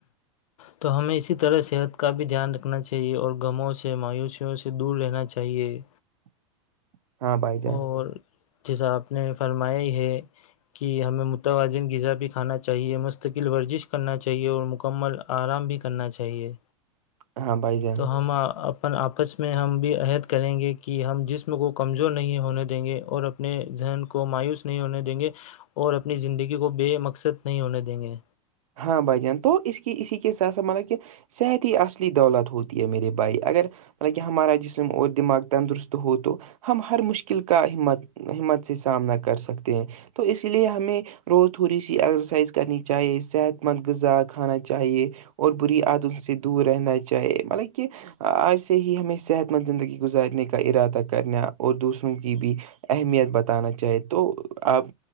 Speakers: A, on the left (about 80°); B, on the right (about 85°).
A: تو ہمیں اسی طرح صحت کا بھی دھیان رکھنا چاہیے اور غموں سے مایوسیوں سے دور رہنا چاہے چاہیے
B: <unintelligible> بھائی جان
A: اور جیسا آپ نے فرمایا ہی ہے کہ ہمیں متوازن غذا بھی کھانا چاہیے مستقل ورزش کرنا چاہیے اور مکمل آرام بھی کرنا چاہیے
B: ہاں بھائی جان
A: تو ہم اپن آپس میں ہم بھی عہد کریں گے کہ ہم جسم کو کمزور نہیں ہونے دیں گے اور اب اپنے ذہن کو مایوس نہیں ہونے دیں گے اور اپنی زندگی کو بے مقصد نہیں ہونے دیں گے
B: ہاں بھائی جان تو اس کی اسی کے ساتھ ساتھ مطلب کہ صحت ہی اصلی دولت ہوتی ہے میرے بھائی اگر حالانکہ ہمارا جسم اور دماغ تندرست ہو تو ہم ہر مشکل کا ہمت ہمت سے سامنا کر کر سکتے ہیں تو اس لیے ہمیں روز تھوڑی سی ایکسرسائز کرنی چاہیے اس صحت مند غذا کھانا چاہیے اور بری عدم سے دور رہنا چاہیے مطلب کہ آج سے ہی ہمیں صحت مند زندگی گزارنے کا ارادہ کرنا اور دوسروں کی بھی اہمیت بتانا چاہے تو آپ